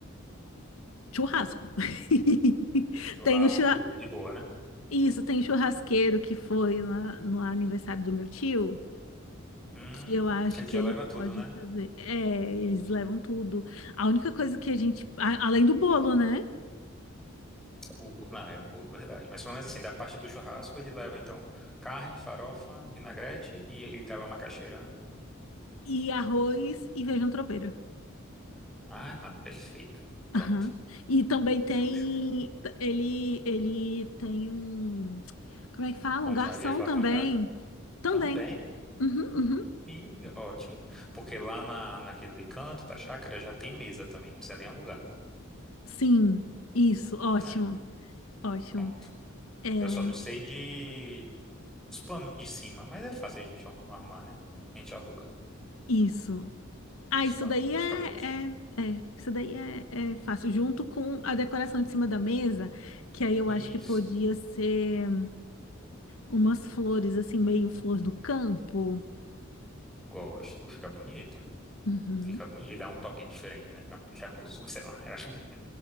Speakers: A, on the left (about 80°); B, in the centre.
A: Churrasco. <laughs>
B: churrasco
A: Tem o churra...
B: de boa, né?
A: Isso, tem churrasqueiro que foi lá no aniversário do meu tio,
B: Hum,
A: que eu acho
B: que ele
A: que
B: já
A: ele
B: leva
A: pode
B: tudo, né?
A: fazer. É, eles levam tudo. A única coisa que a gente. a- Além do bolo, né?
B: O, bo- não, é o bolo, verdade. Mas pelo menos assim, da parte do churrasco, ele leva então carne, farofa, vinagrete e ele dava macaxeira, né?
A: E arroz e feijão tropeiro.
B: Ah, mas perfeito. Pronto.
A: Aham. E também tem
B: Show, show.
A: ele ele tem um como é que fala?
B: Pão
A: Um garçom
B: de alho. Eu ia falar
A: também.
B: pão de alho?
A: Também.
B: Também.
A: Uhum, uhum.
B: Ih, ótimo. Porque lá na, naquele canto da chácara já tem mesa também. Não precisa nem alugar.
A: Sim, isso, ótimo,
B: É,
A: ótimo.
B: pronto.
A: É
B: Eu só não sei de os panos de cima, mas é fácil a gente arru- arrumar, né? A gente aluga
A: isso. Ah,
B: os
A: isso
B: paninhos
A: daí
B: pra
A: é,
B: ficar bonitinho.
A: é, é, isso daí é, é fácil, junto com a decoração de cima da mesa, que aí eu
B: Isso.
A: acho que podia ser umas flores assim, meio flor do campo.
B: Gosto. Fica bonito.
A: Uhum,
B: Fica bonito. E dá um toque diferente, né? Fica mais charmoso. <laughs> Sei lá. Eu acho bonito.